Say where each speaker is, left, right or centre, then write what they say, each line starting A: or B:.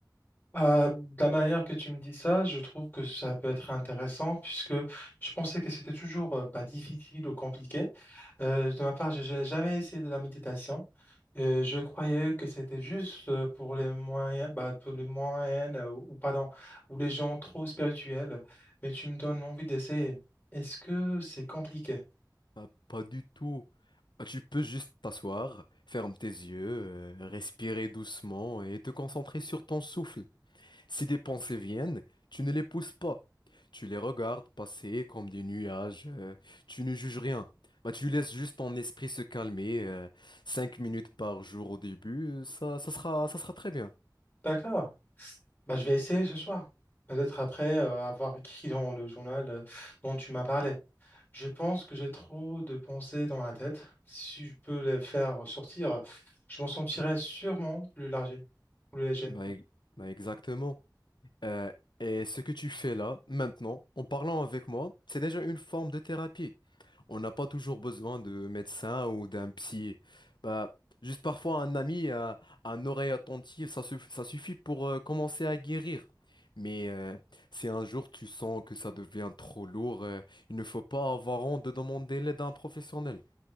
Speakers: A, on the left; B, on the left.
A: Euh, de la manière que tu me dis ça, je trouve que ça peut être intéressant puisque je pensais que c'était toujours euh, bah, difficile ou compliqué. Euh, de ma part, je n'ai jamais essayé de la méditation. Euh, je croyais que c'était juste euh, pour les moyens, bah, pour les moyennes euh, ou, ou pardon, ou les gens trop spirituels, mais tu me donnes envie d'essayer. Est-ce que c'est compliqué?
B: Bah, pas du tout. Bah, Tu peux juste t'asseoir, ferme tes yeux, euh, respirer doucement et te concentrer sur ton souffle. Si des pensées viennent, tu ne les pousses pas. Tu les regardes passer comme des nuages. euh, tu ne juges rien. Bah, tu laisses juste ton esprit se calmer. euh, cinq minutes par jour au début, euh, ça, ça sera, ça sera très bien.
A: D'accord. Bah, je vais essayer ce soir. Peut-être après euh, avoir écrit dans le journal euh, dont tu m'as parlé. Je pense que j'ai trop de pensées dans la tête. Si je peux les faire sortir, je m'en sentirais sûrement plus largé, plus léger.
B: Bah, e- bah, exactement. Euh, et ce que tu fais là, maintenant, en parlant avec moi, c'est déjà une forme de thérapie. On n'a pas toujours besoin de médecin ou d'un psy. Bah, juste parfois un ami, un, un oreille attentive, ça, suff- ça suffit pour euh, commencer à guérir. Mais euh, si un jour tu sens que ça devient trop lourd, euh, il ne faut pas avoir honte de demander l'aide à un professionnel.